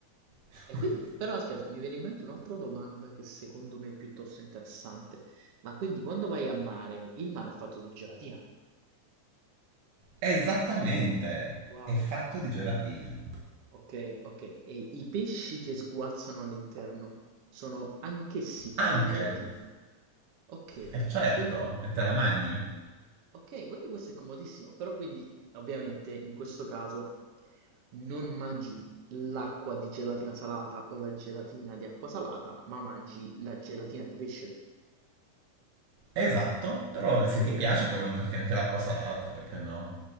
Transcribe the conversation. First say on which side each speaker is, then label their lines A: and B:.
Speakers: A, on the right; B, on the right.
A: <laughs>
B: E quindi, però aspetta, mi viene in mente un'altra domanda che secondo me è piuttosto interessante. Ma quindi quando vai a mare, il mare è fatto di gelatina?
A: Esattamente,
B: Wow,
A: è fatto di gelatina.
B: ok, ok. E i pesci che sguazzano all'interno sono anch'essi fatti
A: Anche,
B: di gelatina? Ok,
A: è certo,
B: quindi
A: e te la mangi?
B: Ok, quindi questo è comodissimo, però quindi ovviamente in questo caso non mangi l'acqua di gelatina salata o la gelatina di acqua salata, ma mangi la gelatina di pesce.
A: Esatto, però
B: Ok,
A: se ti piace puoi mangiarti anche l'acqua salata, perché no?